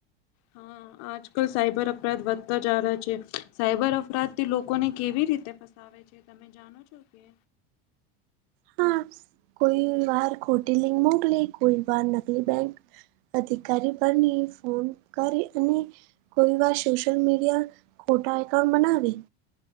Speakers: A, on the left; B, on the right.
A: હા આજકાલ સાયબર અપરાધ વધતા જ રહે એમમેંછે. સાયબર અપરાધથી લોકોને કેવી રીતે - ફસાવે છે? તમે જાણો છો કે?,
B: હા કોઈ વાર ખોટી લિંક મોકલી. કોઈ વાર નકલી બેંક અધિકારી બની ફોન કરી અને, કોઈ વાર સોસિ્યલ મિડિયા ખોટા એકાઉન્ટ બનાવી.